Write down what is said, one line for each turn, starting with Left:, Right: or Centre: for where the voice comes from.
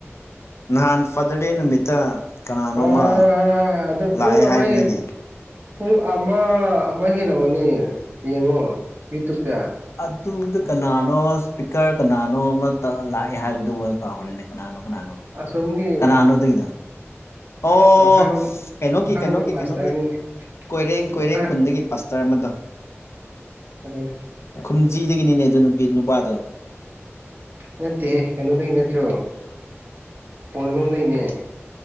Left: ꯅꯍꯥꯟ ꯐꯗꯗꯦ ꯅꯨꯃꯤꯠꯇ ꯀꯅꯥꯅꯣꯃ
Right: ꯍꯣꯏ ꯍꯣꯏ ꯍꯣꯏ ꯍꯣꯏ ꯑꯗꯣ ꯄꯨꯡ
Left: ꯂꯥꯛꯑꯦ
Right: ꯑꯃ
Left: ꯍꯥꯏꯕꯅꯤꯅꯦ
Right: ꯄꯨꯡ ꯑꯃ ꯑꯃ ꯍꯦꯜꯂꯝꯃꯅꯦ ꯌꯦꯡꯉꯣ ꯌꯨꯇ꯭ꯌꯨꯕꯇ
Left: ꯑꯗꯨ ꯑꯗꯨꯗ ꯀꯅꯥꯅꯣ ꯏꯁꯄꯤꯀꯔ ꯀꯅꯥꯅꯣ ꯑꯃꯇ ꯂꯥꯛꯑꯦ ꯍꯥꯏꯕꯗꯨꯃ ꯀꯥꯎꯈꯂꯤꯅꯦ ꯀꯅꯥꯅꯣ ꯀꯅꯥꯅꯣ
Right: ꯑꯁꯣꯝꯒꯤ
Left: ꯀꯅꯥꯅꯣꯗꯨꯒꯤꯗ ꯑꯣ
Right: ꯃꯈꯥꯔꯣꯝ
Left: ꯀꯩꯅꯣꯒꯤ
Right: ꯃꯈꯥꯔꯣꯝꯒꯤ
Left: ꯀꯩꯅꯣꯒꯤ
Right: ꯄꯥꯁꯇꯔꯅꯤꯅꯦ
Left: ꯀꯩꯅꯣꯒꯤ ꯀꯣꯏꯔꯦꯡ ꯀꯣꯏꯔꯦꯡ
Right: ꯃꯈꯥ
Left: ꯈꯨꯟꯗꯒꯤ ꯄꯥꯁꯇꯔ ꯑꯃꯗꯣ
Right: ꯑꯗꯨꯗꯅꯦ
Left: ꯈꯨꯝꯖꯤꯗꯒꯤꯅꯤꯅꯦ ꯑꯗꯨ ꯅꯨꯄꯤ ꯅꯨꯄꯥꯗꯣ
Right: ꯅꯠꯇꯦꯍꯦ ꯀꯩꯅꯣꯗꯩ ꯅꯠꯇ꯭ꯔꯣ ꯄꯣꯅꯅꯨꯡꯗꯅꯦ